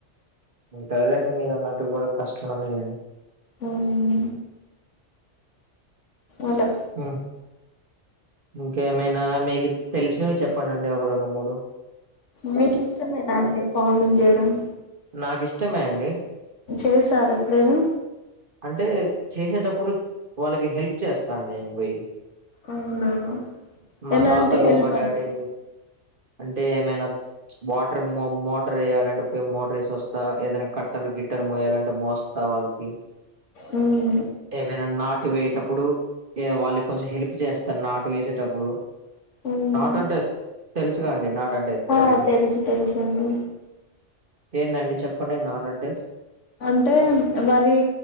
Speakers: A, on the right; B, on the left.
A: ఇంక అదే అండి మీరు అన్నట్టు కూడా కష్టమే అం
B: ఉమ్మ్ అలా
A: ఉమ్ ఇంకేమైనా మీకు తెలిసినవి చెప్పండి అండి ఒక రెండు మూడు
B: మీకి ఇష్టమేనా అండి ఫార్మింగ్ చేయడం
A: నాకి ఇష్టమే అండి
B: చేసారా ఎప్పుడైనా
A: అంటే చేసేటప్పుడు వాళ్ళకి హెల్ప్ చేస్తాండి నేను పోయి
B: అవునా
A: మా
B: ఎలాంటి
A: తాతలు
B: హెల్ప్
A: మా డాడీ
B: అండి
A: అంటే ఏమైనా వాటర్ మో మోటర్ ఏయాలంటే పోయి మోటర్ ఏసొస్తా ఏదైనా కట్టలు గిట్టలు మోయాలంటే మో స్తా వాళ్లకి
B: ఉమ్
A: ఏమైనా నాటు వేయేటప్పుడు ఏదో వాళ్ళకి కొంచెం హెల్ప్ చేస్తా నాటు వేసేటప్పుడు
B: మ్మ్
A: నాటు అంటే తెలుసుగా అండి నాటంటే
B: ఆ తెలుసు తెలుసండి
A: ఏందండి చెప్పండి నాటు అంటే
B: అంటే వరి